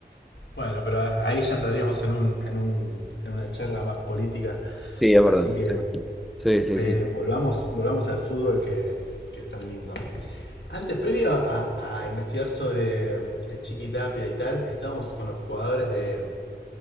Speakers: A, on the left; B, in the centre.
A: Bueno, pero a- ahí ya entraríamos en un, en un, en una charla más política.
B: Sí, es
A: Así
B: verdad.
A: que
B: Sí, sí,
A: eh,
B: sí, sí,
A: volvamos, volvamos al fútbol que, que es tan lindo. Antes, previo a, a investigar sobre eh, Chiqui Tapia y tal, estábamos con los jugadores de,